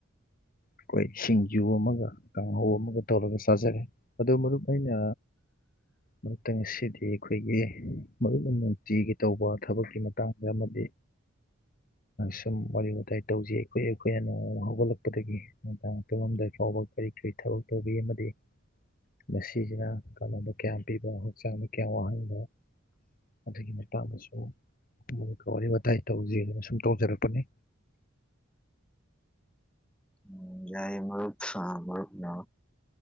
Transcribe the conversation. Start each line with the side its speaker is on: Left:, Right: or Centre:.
Left: ꯑꯈꯣꯏ ꯁꯤꯡꯖꯨ ꯑꯃꯒ ꯀꯥꯡꯍꯧ ꯑꯃꯒ ꯇꯧꯔꯒ ꯆꯥꯖꯔꯦ ꯑꯗꯨ ꯃꯔꯨꯞ ꯑꯩꯅ ꯃꯔꯨꯝꯇ ꯉꯁꯤꯗꯤ ꯑꯈꯣꯏꯒꯤ ꯃꯔꯨꯞꯅ ꯅꯨꯡꯇꯤꯒꯤ ꯇꯧꯕ ꯊꯕꯛꯀꯤ ꯃꯇꯥꯡꯗ ꯑꯃꯗꯤ ꯁꯨꯝ ꯋꯥꯔꯤ ꯋꯥꯇꯥꯏ ꯇꯧꯖꯤ ꯑꯈꯣꯏ ꯑꯈꯣꯏꯅ ꯅꯣꯡꯃ ꯍꯧꯒꯠꯂꯛꯄꯗꯒꯤ ꯅꯨꯡꯗꯥꯡ ꯇꯨꯝꯂꯝꯝꯗꯥꯏ ꯐꯥꯎꯕ ꯀꯔꯤ ꯀꯔꯤ ꯊꯕꯛ ꯇꯧꯕꯤ ꯑꯃꯗꯤ ꯃꯁꯤꯁꯤꯅ ꯀꯥꯟꯅꯕ ꯀꯌꯥꯝ ꯄꯤꯕ ꯍꯛꯆꯥꯡꯗ ꯀꯌꯥꯝ ꯋꯥꯍꯟꯕ ꯑꯗꯨꯒꯤ ꯃꯇꯥꯡꯗꯁꯨ ꯃꯔꯨꯞꯀ ꯋꯥꯔꯤ ꯋꯥꯇꯥꯏ ꯇꯧꯖꯤꯅ ꯑꯁꯨꯝ ꯇꯧꯖꯔꯛꯄꯅꯤ
Centre: ꯎꯝ ꯌꯥꯏꯌꯦ ꯃꯔꯨꯞ ꯑꯥ ꯃꯔꯨꯞꯅ